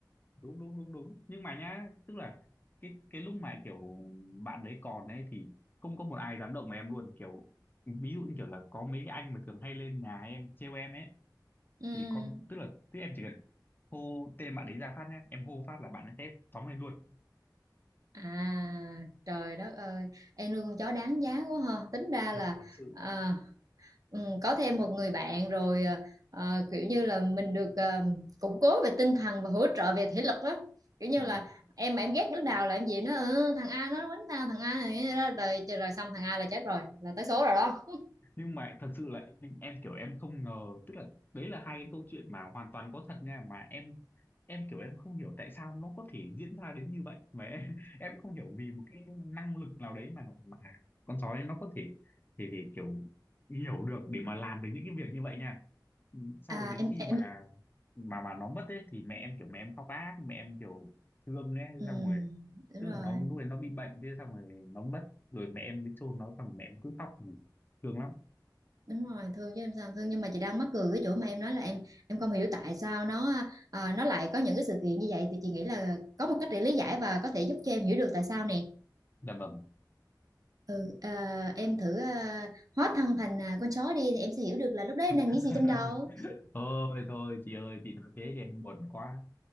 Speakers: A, on the left; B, on the right.
A: đúng đúng đúng đúng nhưng mà nhá tức là cái cái lúc mà kiểu bạn đấy còn ấy thì không có một ai dám động vào em luôn kiểu ví dụ như kiểu là có mấy cái anh mà thường hay lên nhà em trêu em ấy
B: <laughs> ừ.
A: thì con tức là tức em chỉ cần hô tên bạn đấy ra phát nhá em hô phát là bạn ấy sẽ phóng lên luôn
B: à trời đất ơi em nuôi con chó đáng giá quá ha tính ra
A: thật
B: là
A: thật sự
B: à, ừ, có thêm một người bạn rồi ờ, ờ, kiểu như là mình được ờ, củng cố về tinh thần và hỗ trợ về thể lực đó kiểu như
A: dạ
B: là
A: vâng
B: em mà em ghét đứa nào là em gì nó "Ờ, thằng A nó quánh tao thằng A này đó rồi rồi xong thằng A là chết rồi là tới số rồi đó
A: nhưng mà thật sự là em, em kiểu em không ngờ tức là đấy là hai cái câu chuyện mà hoàn toàn có thật nha mà em em kiểu em không hiểu tại sao nó có thể diễn ra đến như vậy mà em, <laughs> em không hiểu vì một cái năng lực nào đấy mà mà con sói nó có thể thì thì kiểu hiểu được để mà làm được những cái việc như vậy nha sau
B: à
A: rồi đến
B: em
A: khi
B: em
A: mà mà mà nó mất ấy thì mẹ em kiểu mẹ em khóc ác mẹ em kiểu thương ấy
B: ừ,
A: xong rồi
B: đúng
A: tức
B: rồi
A: là nó lúc đấy nó bị bệnh thế xong rồi nó mất rồi mẹ em mới chôn nó xong rồi mẹ em cứ khóc thương lắm
B: đúng rồi thương chứ em sao không thương nhưng mà chị đang mắc cười cái chỗ mà em nói là em em không hiểu tại sao nó à, nó lại có những cái sự kiện như vậy thì chị nghĩ là có một cách để lý giải và có thể giúp cho em hiểu được tại sao nè
A: dạ vâng
B: ừ à, em thử à, hóa thân thành à, con chó đi thì em sẽ hiểu được là lúc đấy em đang
A: <laughs>
B: nghĩ gì trong đầu
A: thôi thôi chị ơi chị nói thế thì em buồn quá